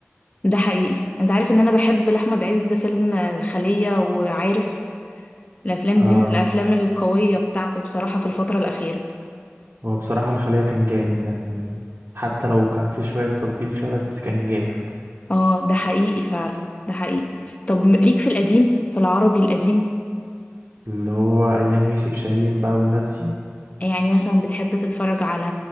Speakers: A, on the left; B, on the right.
A: ده حقيقي انت عارف ان انا بحب لاحمد عز فيلم الخليه وعارف الافلام
B: قوي
A: دي من الافلام القويه بتاعته بصراحه في الفتره الاخيره
B: هو بصراحة الخلية كان جامد يعني حتى لو كان في شوية تطبيل شوية بس كان جامد
A: اه ده حقيقي فعلا ده حقيقي طب م- ليك في القديم في العربي القديم
B: اللي هو أيام يوسف شاهين بقى والناس دي
A: يعني مثلا بتحب تتفرج على